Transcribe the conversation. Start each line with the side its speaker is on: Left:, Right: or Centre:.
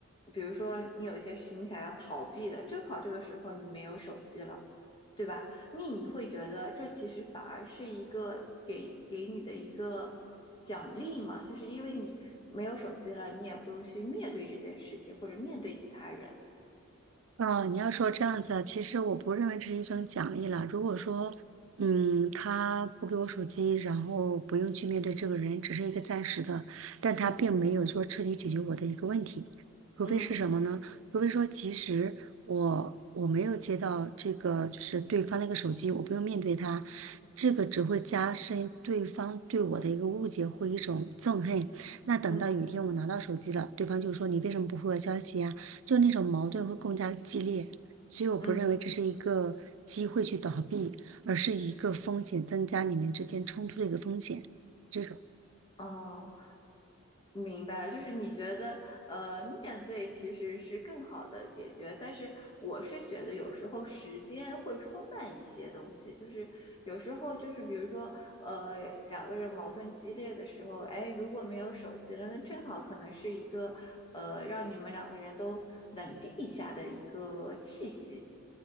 Left: 比如说你有一些事情你想要逃避的，正好这个时候你没有手机了，对吧？你会觉得这其实反而是一个给给你的一个奖励嘛，就是因为你没有手机了，你也不用去面对这件事情或者面对其他人。
Right: 哦，你要说这样子啊其实我不认为这是一种奖励了。如果说，嗯，他不给我手机，然后不用去面对这个人，只是一个暂时的，但他并没有说彻底解决我的一个问题。
Left: 嗯
Right: 除非是什么呢？
Left: 嗯。
Right: 除非说，其实我我没有接到这个，就是对方那个手机，我不用面对他，这个只会加深对方对我的一个误解或一种憎恨。那等到有一天我拿到手机了，
Left: 嗯
Right: 对方就说你为什么不回我消息呀？就那种矛盾会更加的激烈，所以我不认为这是一个机会去倒闭，
Left: 嗯，
Right: 而是一个风险增加，你们之间冲突的一个风险。这种
Left: 哦，明白了，就是你觉得，呃，面对其实是更好的解决，但是我是觉得有时候时间会冲淡一些东西，就是有时候就是比如说，呃，两个人矛盾激烈的时候，哎，如果没有手机了，那正好可能是一个，呃，让你们两个人都冷静一下的一个契机。